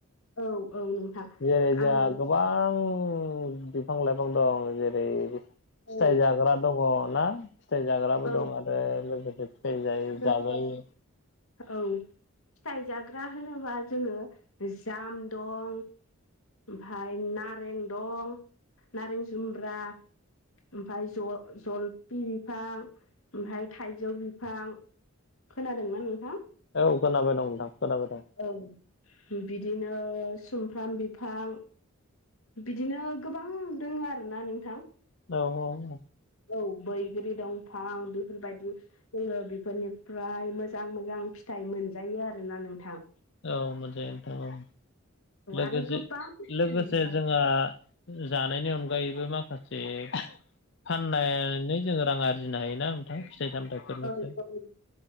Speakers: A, on the left (about 75°); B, on the left (about 55°).
A: औ औ नोंथां
B: जेरै जोंहा
A: आङो
B: गोबां बिफां लाइफां दं जेरै ओरै
A: औ
B: फिथाइ जाग्रा दङ ना फिथाइ जाग्राबो
A: औ
B: दं आरो लोगोसे फिथाइ जायै
A: जोङो
B: जाजायो
A: औ फिथाइ जाग्रा होनोबा जोङो जाम दं ओमफ्राय नारें दं नारें जुम्ब्रा ओमफ्राय ज जलफि बिफां ओमफ्राय थाइजौ बिफां खोनादोंना नोंथां
B: औ खोनाबाय दं नोंथां खोनाबाय दं
A: औ बिदिनो सुमफ्राम बिफां बिदिनो गोबां दोङो आरोना नोंथां
B: औ औ औ
A: औ बैग्रि दंफां बेफोरबायदि जोङो बेफोरनिफ्राय मोजां मोजां फिथाइ मोनजायो आरोना नोंथां
B: औ मोजाङै नोंथां औ लोगोसे
A: आरो गोबां दं
B: लोगोसे
A: नोंथां।
B: जोंहा जानायनि अनगायैबो माखासे फाननानै जोङो रां आरजिनो हायोना थां फिथाइ सामथाइफोरनिफ्राय
A: औ औ।